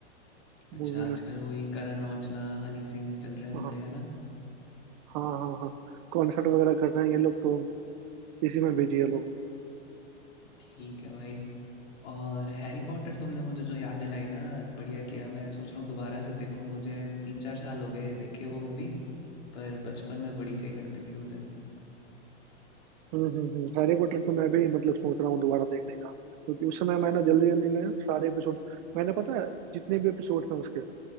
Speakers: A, on the left; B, on the right.
A: अच्छा
B: मूवी
A: आजकल
B: में
A: वही करण औजला हनी सिंह चल रहे हैं
B: हाँ
A: थोड़े है ना
B: हाँ हाँ हाँ कॉन्सर्ट वगैरह कर रहे हैं ये लोग तो इसी में बिजी है लोग
A: ठीक है भाई और हैरी पॉटर तुमने मुझे जो याद दिलाई ना बढ़िया किया मैं सोच रहा हूँ दोबारा से देखूँ मुझे तीन चार साल हो गए देखे वो मूवी पर बचपन में बड़ी सही लगती थी मुझे
B: हम्म हम्म हम्म हैरी पॉटर तो मैं भी मतलब सोच रहा हूँ दोबारा देखने का क्योंकि उस समय मैंने जल्दी जल्दी में सारे एपिसोड मैंने पता है जितने भी एपिसोड थे उसके